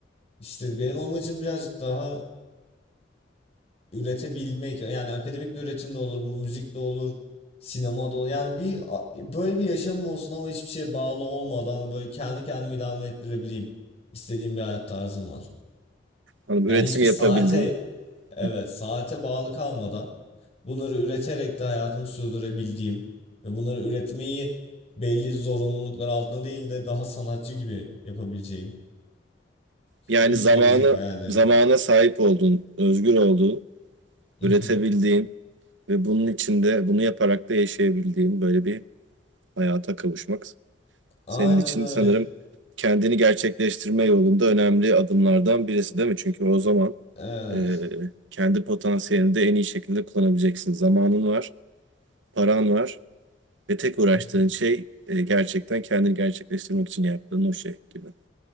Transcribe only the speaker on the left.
işte benim amacım birazcık daha üretebilmek. Yani akademik bir üretim de olur, bu müzik de olur. Sinema da olur. Yani bir böyle bir yaşamım olsun ama hiçbir şeye bağlı olmadan böyle kendi kendimi idame ettirebileyim. İstediğim bir hayat tarzım var.
Yani
hiçbir
saate evet
saate bağlı kalmadan bunları üreterek de hayatımı sürdürebildiğim ve bunları üretmeyi belli zorunluluklar altında değil de daha sanatçı gibi yapabileceğim
bir
gelecek hayal ediyorum.
Mhm.
Aynen
öyle.
Evet.
Mhm.